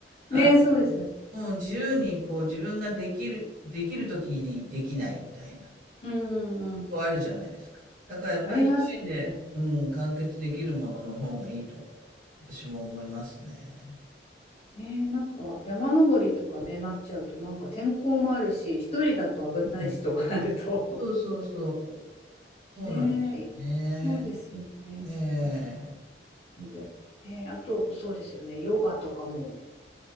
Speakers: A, on the right (about 45°); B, on the left (about 35°).
A: あ
B: ね、そうですよ。
A: の、もう自由にこう自分ができる、できる時にできないみたいな。
B: うんうんうん。
A: 構あるじゃないですか。だからやっぱり一人で、
B: ありますね。
A: うん、完結できるものの方がいいと、私も思いますね。
B: ねえなんか山登りとかね、なっちゃうと、なんか天候もあるし、一人だと危ないしとかなると
A: ね。そうそうそう。
B: <laughs>
A: そうなんですよね。
B: ねえ、いそうですね、
A: ええ
B: スイミング。えーあと、そうですよね、ヨガとかも